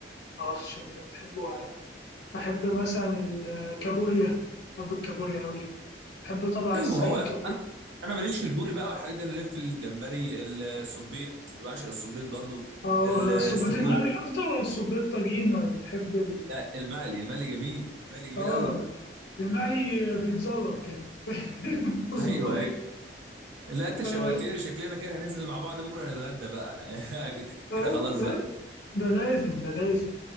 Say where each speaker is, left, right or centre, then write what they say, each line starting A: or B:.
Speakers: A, on the left; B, on the right.
A: معرفش انت بتحبه ولا لا بحب مثلا الكابوريا بحب الكابوريا قوي بحب طبعا
B: ايوه
A: السمك
B: ما هو انا انا ماليش في البوري بقى والحاجات دي انا ليا في الجمبري الصبيط بعشق الصبيط برضه
A: اه
B: الاستاكوزا
A: صبيت المقلي اكتر ولا صبيت طاجين ولا بتحب ال...
B: لا المقلي المقلي جميل المقلي جميل
A: اه
B: قوي
A: المقلي بيتزلط كده <laughs> تظبط
B: ايوه ايوه لا انت شوقتني
A: آه،
B: شكلنا كده هننزل مع بعض بكره نتغدى بقى <laughs>
A: آه،
B: كده خلاص
A: ده
B: بقى
A: ده لازم ده لازم